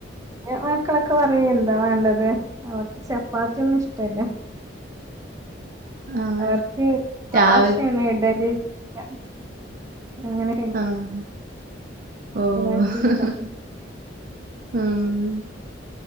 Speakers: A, on the right; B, on the right.
A: എ ഓ ഇക്കാക്ക പറയും എന്താ വേണ്ടത് അവർക്ക് ചപ്പാത്തിയ ഒന്നും ഇഷ്ടല്ല
B: ആഹ്
A: അവർക്ക് ദോശയാണ്
B: രാവിൽ
A: ഇഡലി ല്ല അങ്ങനെ
B: ആഹ്
A: കൂടുതലായിട്ട്
B: ഓ ഓ ആഹ്
A: ഇഷ്ടം
B: മം